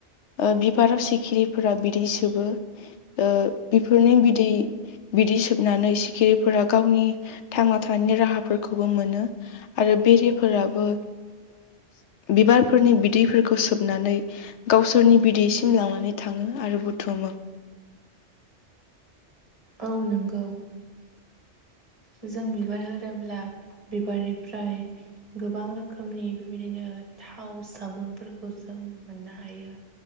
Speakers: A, on the left; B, on the right.
A: ओ बिबाराव सिखिरिफोरा बिदै सोबो। ओ बिफोरनि बिदै बिदै सोबनानै सिखिरिफोरा गावनि थांना थानायनि राहाफोरखौबो मोनो। आरो बेरेफोराबो बिबारफोरनि बिदैफोरखौ सोबनानै गावसोरनि बिदैसिम लांनानै थाङो आरो बुथुमो।
B: औ नोंगौ। जों बिबार होनोब्ला बिबारनिफ्राय गोबां रोखोमनि बेबायदिनो थाव साबुनफोरखौ जों मोननो हायो।